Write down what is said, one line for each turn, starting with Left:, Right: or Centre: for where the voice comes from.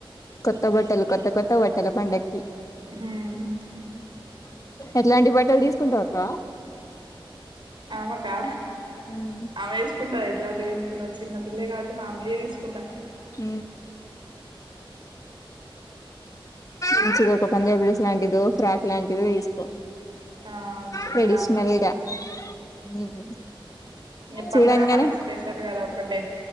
Left: కొత్త బట్టలు కొత్త కొత్త బట్టలు పండకి
Right: మ్మ్
Left: ఎట్లాంటి బట్టలు తీసుకుంటావక్క
Right: ఆమేకా
Left: ఉమ్
Right: ఆమె వేసుకుంటారా ఎట్లాంటివి తీసుకున్న చిన్న పిల్లే కా మామూలుయే తీసుకుంటా
Left: హ మంచిది ఒక పంజాబ్
Right: మా
Left: డ్రెస్ లాంటిదో ఫ్రాక్ లాంటిదో తీసుకో
Right: ఆ చిన్న
Left: ట్రెడిషనల్
Right: ఆమెకు చు
Left: గా ఉమ్
Right: ఈ
Left: చూడంగానే
Right: పండగ మనకు స్పెషల్ కదా ఒక్కటే